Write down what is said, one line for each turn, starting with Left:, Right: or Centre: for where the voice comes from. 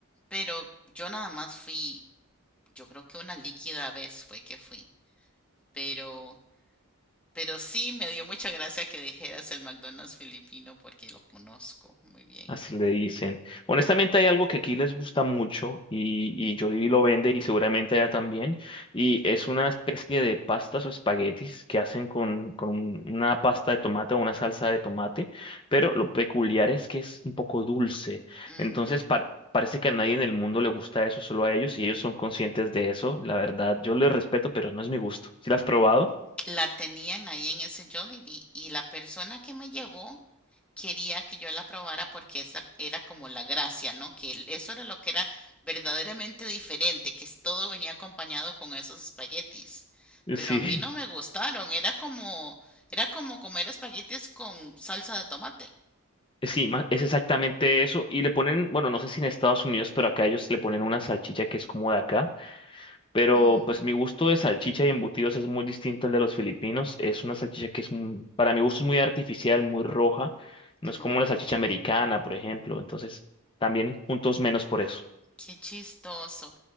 Centre: pero yo nada más fui, yo creo que una líquida vez fue que fui, pero, pero sí me dio mucha gracia que dijeras el McDonald's filipino porque lo conozco muy bien.
Left: Así le dicen. Honestamente hay algo que aquí les gusta mucho y, y Jollibee lo vende y seguramente allá también. Y es una especie de pastas o espaguetis que hacen con, con una pasta de tomate o una salsa de tomate, pero lo peculiar es que es un poco dulce.
Centre: Ujú.
Left: Entonces par- parece que a nadie en el mundo le gusta eso, solo a ellos, y ellos son conscientes de eso. La verdad, yo les respeto, pero no es mi gusto. ¿Si las has probado?
Centre: La tenían ahí en ese Jollibee y la persona que me llevó quería que yo la probara porque esa era como la gracia, ¿no? Que el- eso era lo que era verdaderamente diferente, que es- todo venía acompañado con esos espaguetis.
Left: <laughs>
Centre: Pero
Left: Sí.
Centre: a mí no me gustaron, era como, era como comer espaguetis con salsa de tomate.
Left: Eh, Sí, ma- es exactamente eso. Y le ponen, bueno, no sé si en Estados Unidos, pero acá ellos le ponen una salchicha que es como de acá. Pero
Centre: Mm,
Left: pues mi gusto de salchicha y embutidos es muy distinto al de los filipinos. Es una salchicha que es, muy- para mi gusto, es muy artificial, muy roja. No
Centre: mm,
Left: es como la salchicha americana, por ejemplo. Entonces, también puntos menos por eso.
Centre: qué chistoso.